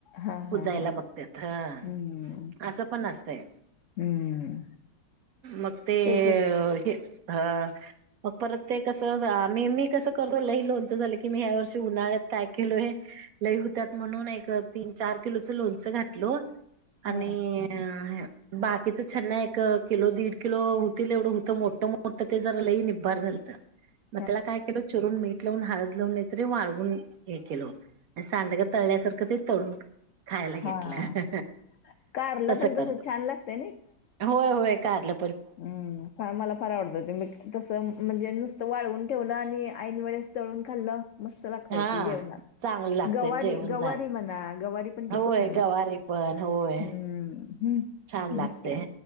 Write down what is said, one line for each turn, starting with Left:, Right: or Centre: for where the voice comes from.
Left: हां,
Right: कुजायला
Left: हां, हां.
Right: बघतात ह
Left: हं,
Right: असं पण असतंय.
Left: हं.
Right: मग ते
Left: एक, एक
Right: हे ह मग परत ते कसं अ मी मी कसं करतो लय लोणचं झालं की मी ह्या वर्षी ते उन्हाळ्यात काय केलोय लई होत्यात म्हणून एक तीन चार किलोचं लोणचं घातलो आणि
Left: हां,
Right: हय बाकीच छन्यां एक किलो दीड किलो होतील एवढं होतं मोठं मोठं ते जर लई निभार झालत.
Left: <inaudible>
Right: म त्यालाय केलं चिरून मीठ लावून हळद लावून तरी वाळवून हे केल सांडग तळल्यासारखं ते तळून. खायला घेतलं
Left: हां. कारलं
Right: तस
Left: पण
Right: करतो
Left: तसं छान लागतंय
Right: होय होय कालं.
Left: हम्म मला फार आवडतं ते तसं म्हणजे नुसतं वाळवून ठेवलं आणि. ऐन वेळेस तळून खाल्लं. मस्त लागतय
Right: हा.
Left: ते जेवनात
Right: चांगलं लागतय
Left: गवारी
Right: जेवण
Left: गवारी
Right: जा
Left: म्हणा गवारी पण किती
Right: होय
Left: छान लागते.
Right: गवारी पण होय
Left: हम्म हम्म
Right: छान लागते.
Left: मस् लाग